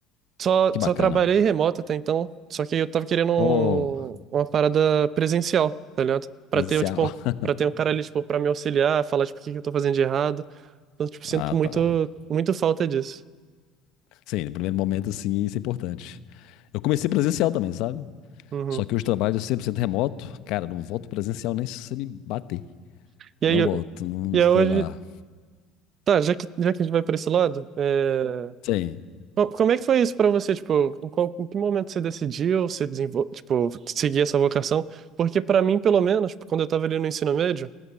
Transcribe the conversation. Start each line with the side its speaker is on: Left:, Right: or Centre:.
Right: Só,
Left: Que
Right: só
Left: bacana.
Right: trabalhei remoto até então, só que eu tava querendo um-
Left: Oh,
Right: uma parada presencial, tá ligado? Pra
Left: presencial.
Right: ter, tipo, um,
Left: <laughs>
Right: pra ter um cara ali, tipo, pra me auxiliar, falar, tipo, o que que eu tô fazendo de errado. Então, tipo, sinto
Left: Ah, tá.
Right: muito, muito falta disso.
Left: Sim, no primeiro momento, assim, isso é importante. Eu comecei presencial também, sabe?
Right: Uhum.
Left: Só que hoje trabalho 100% remoto. Cara, não volto presencial nem se você me bater.
Right: E
Left: Não
Right: aí, eu-
Left: volto, não
Right: e
Left: sei
Right: aí hoje,
Left: lá.
Right: tá, já que, já que a gente vai pra esse lado, é...
Left: Sim,
Right: co- como é que foi isso pra você, tipo, em, qual, em que momento você decidiu, você desenvol... tipo, seguir essa vocação? Porque pra mim, pelo menos, tipo, quando eu tava ali no ensino médio,